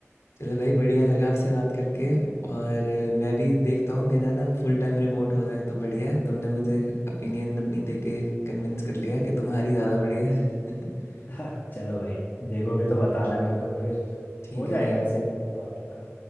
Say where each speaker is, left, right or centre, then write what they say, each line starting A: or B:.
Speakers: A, on the left (about 60°); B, on the left (about 40°).
A: चलो भाई बढ़िया लगा आपसे बात करके और मैं भी देखता हूँ मेरा ना फुल टाइम रिमोट हो जाए तो बढ़िया है तुमने मुझे ओपिनियन अपनी दे के कन्विंस कर लिया कि तुम्हारी ज़्यादा बढ़िया है <laughs>
B: <laughs> चलो भाई देखोगे तो बताना मेरे को फिर
A: ठीक
B: हो जाएगा
A: है भाई
B: वैसे रिमोट तो आपका